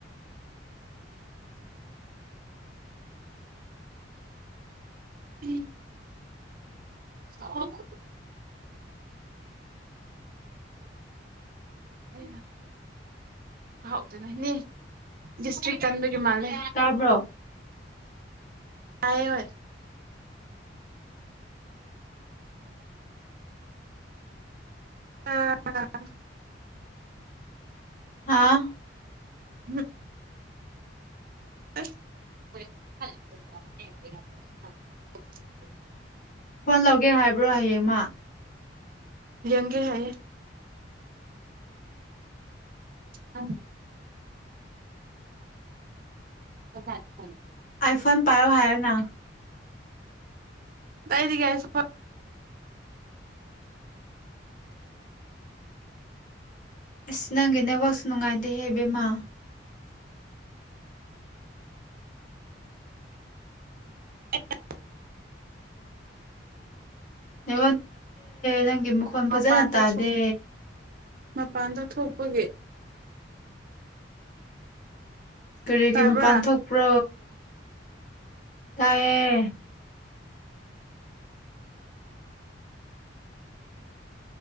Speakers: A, on the right (about 55°); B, on the left (about 45°).
A: ꯎꯝ ꯑꯣ ꯑꯩꯅ ꯍꯥꯎꯗꯅꯅꯦ ꯗꯤꯁꯇ꯭ꯔꯤꯛ ꯀꯟꯕꯒꯤ ꯃꯥꯂꯦ
B: ꯇꯥꯕ꯭ꯔꯣ
A: ꯀ ꯑꯣꯏꯣꯏ ꯑꯥ
B: ꯍꯥꯥ
A: ꯎꯝ <inaudible>
B: ꯐꯣꯟ ꯂꯧꯒꯦ ꯍꯥꯏꯕ꯭ꯔꯣ ꯍꯌꯦꯡꯃ
A: ꯂꯒꯦ ꯍꯥꯏ ꯑ <unintelligible>
B: ꯑꯥꯏꯐꯣꯟ ꯄꯥꯏꯣ ꯍꯥꯏ ꯍꯥꯏꯔꯅ
A: ꯀꯥꯏꯗꯤꯒꯁꯤ
B: ꯑꯁ ꯅꯪꯒꯤ ꯅꯦꯠꯋꯥꯛꯁꯨ ꯅꯨꯡꯉꯥꯏꯇꯦꯍꯦꯕꯦꯝꯃ
A: <inaudible>
B: ꯃꯦ ꯅꯪ ꯒꯤ ꯃꯈꯣꯟ ꯐꯖꯅ
A: ꯃꯄꯥꯟꯗ
B: ꯇꯥꯗꯦ
A: ꯃꯄꯥꯟꯗ ꯊꯣꯛꯄꯒꯦ
B: ꯀꯔꯤꯒꯤꯔꯤ
A: ꯇꯥꯕ꯭ꯔꯥ
B: ꯃꯄꯥꯟ ꯊꯣꯛꯄ꯭ꯔꯣ ꯇꯥꯏꯌꯦ